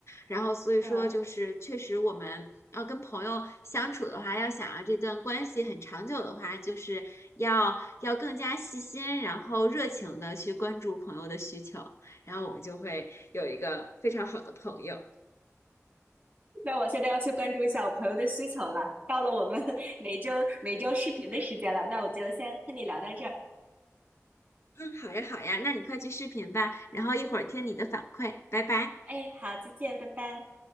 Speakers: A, on the left; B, on the right.
A: 然后所以说就是确实我们要跟朋友相处的话，
B: 嗯，
A: 要想让这段关系很长久的话，就是要要更加细心，然后热情的去关注朋友的需求，然后我们就会有一个非常好的朋友。
B: 那我现在要去关注一下我朋友的需求了。到了我们每周每周视频的时间了，那我就先和你聊到这儿。
A: 嗯，好呀好呀，那你快去视频吧，然后一会儿听你的反馈，拜拜。
B: 哎，好，再见，拜拜。